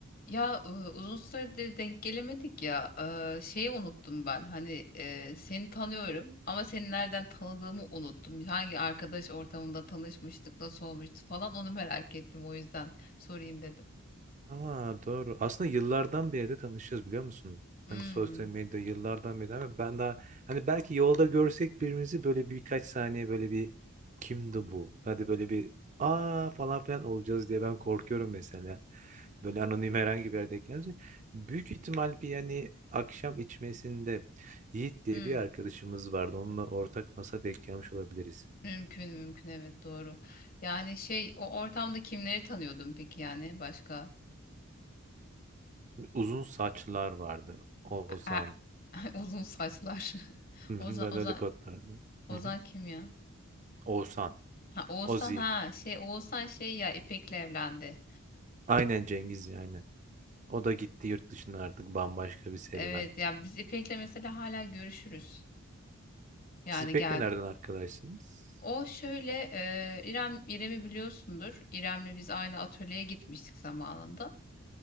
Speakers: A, on the left; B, on the right.
A: Ya e, uzun süredir denk gelemedik ya. E, şeyi unuttum ben. Hani e, seni tanıyorum ama seni nereden tanıdığımı unuttum. Hangi arkadaş ortamında tanışmıştık, nasıl olmuştu falan onu merak ettim. O yüzden sorayım dedim.
B: Aa, doğru. Aslında yıllardan beri de tanışıyoruz biliyor musun?
A: Hmm,
B: Hani sosyal medya yıllardan beri ama ben daha hani belki yolda görsek birimizi böyle birkaç saniye böyle bir kimdi bu? Hadi böyle bir aa falan filan olacağız diye ben korkuyorum mesela. Böyle anonim herhangi bir yerde gelince. Büyük ihtimal bir yani akşam içmesinde Yiğit diye
A: hmm,
B: bir arkadaşımız vardı. Onunla ortak masa denk gelmiş olabiliriz.
A: mümkün mümkün evet doğru. Yani şey o ortamda kimleri tanıyordun peki yani başka?
B: Uzun saçlar vardı. Oğuzhan.
A: E, <laughs> uzun saçlar. <laughs>
B: Hı hı,
A: Ozan
B: ben
A: Ozan
B: öyle kodlardım.
A: Ozan
B: Hı hı.
A: kim ya?
B: Oğuzhan.
A: Ha Oğuzhan
B: Ozi.
A: ha şey Oğuzhan şey ya İpek'le evlendi.
B: Aynen Cengiz ya aynen. O da gitti yurt dışına artık bambaşka bir serüven.
A: Evet ya biz İpek'le mesela hala görüşürüz. Yani
B: Siz pek
A: geldi.
B: de nereden arkadaşsınız?
A: O şöyle e, İrem İrem'i biliyorsundur. İrem'le biz aynı atölyeye gitmiştik zamanında.